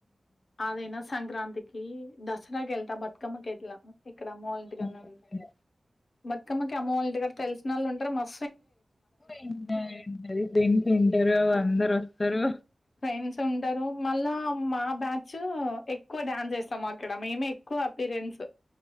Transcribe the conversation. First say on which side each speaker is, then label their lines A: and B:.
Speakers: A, on the left; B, on the left.
A: అదైన సంక్రాంతికి, దసరాకేళ్త, బతుకమ్మ కేట్లాగు ఇక్కడ అమ్మ వాళ్ళంటికన్నే
B: మ్మ్
A: ఉంట బతుకమ్మకి అమ్మ వాళ్ంటికాడ తెల్సినోళ్ళు ఉంటరు మస్
B: ంటారుంటది దం ఉంటారు అందరొస్తరు
A: ఫ్రెండ్స్ ఉంటరు మళ్ళా మా బ్యాచ్ ఎక్కువ డ్యాన్స్ ఏస్తమ్ అక్కడ మేమే ఎక్కువ అప్పిరియన్స్